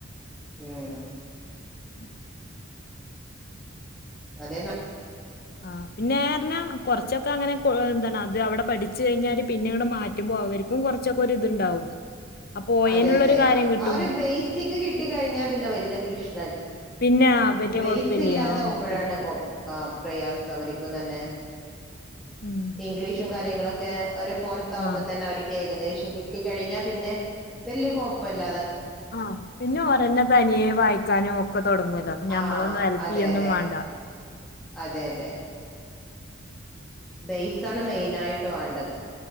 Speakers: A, in the centre; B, on the left (about 50°).
A: ഹം
B: ഉ
A: അതെന്ന
B: ആഹ പിന്നെ എഞ്ഞാ കൊറച്ചൊക്കെ അങ്ങനെ എന്താണ് അത് അവിടെ പഠിച്ചു കഴിഞ്ഞാല് പിന്നെ ഇങ്ങടെ മാറ്റുമ്പോ അവർക്കും കുറച്ചൊക്കെ ഒര് ഇതുണ്ടാവും അപ്പൊ പോയേനുള്ളൊരു
A: അതെ അതെ
B: കാര്യം കിട്ടും
A: ആ ഒരു ബേസിക് കിട്ടി കഴിഞ്ഞാൽ പിന്നെ വലിയ പ്രശ്
B: പിന്നെ വലിയ
A: ബേസില്ലാതാകുമ്പോഴാണ്
B: കുഴപ്പില്ല ആ കുഴപ്പില്ല
A: കൊ പ്രയാസം അവർക്കും തന്നെ
B: ഉം
A: ഇംഗ്ലീഷും കാര്യങ്ങളൊക്കെ ഒരു പുറത്താവുമ്പോ
B: ആ
A: തന്നെ അവർക്ക് ഏകദേശം കിട്ടി കഴിഞ്ഞാൽ പിന്നെ വലിയ കൊഴപ്പല്ല
B: ആ പിന്നെ ഓരന്നെ തനിയെ വായിക്കാനും ഒക്കെ തുടങ്ങോല്ലോ ഞമ്മളൊന്നും
A: ആഹ്
B: ഹെല്പ്
A: അതെ
B: ചെയ്യന്നും
A: അതെ
B: വേണ്ട
A: അതെ അതെ ബെയിസ് ആണ് മെയിൻ ആയിട്ട് വേണ്ടത്